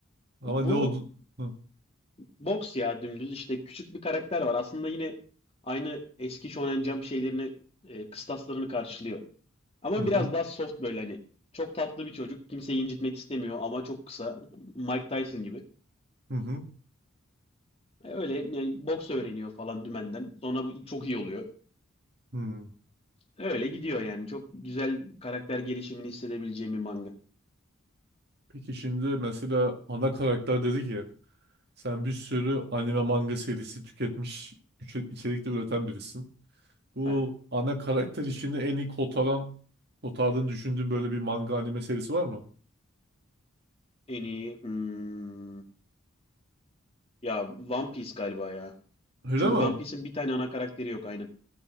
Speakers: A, on the right; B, on the left.
A: Ama
B: Bu
A: ne oldu? Hı
B: boks ya dümdüz işte küçük bir karakter var. Aslında yine aynı eski Shonen Jump şeylerini e, kıstaslarını karşılıyor. Ama
A: hı hı
B: biraz daha soft böyle hani. Çok tatlı bir çocuk. Kimseyi incitmek istemiyor ama çok kısa. Mike Tyson gibi.
A: hı.
B: E, Öyle yani boks öğreniyor falan dümenden. Sonra bu çok iyi oluyor.
A: hı, hı.
B: Öyle gidiyor yani. Çok güzel karakter gelişimini hissedebileceğim bir manga.
A: Peki şimdi mesela ana karakter dedi ki sen bir sürü anime manga serisi tüketmiş içe- içerikte üreten birisin. Bu
B: Aha.
A: ana karakter işini en iyi kotaran kotardığını düşündüğün böyle bir manga anime serisi var mı?
B: En iyi. hmm, Ya One Piece galiba ya.
A: Öyle
B: Çünkü
A: mi?
B: One Piece'in bir tane ana karakteri yok aynen.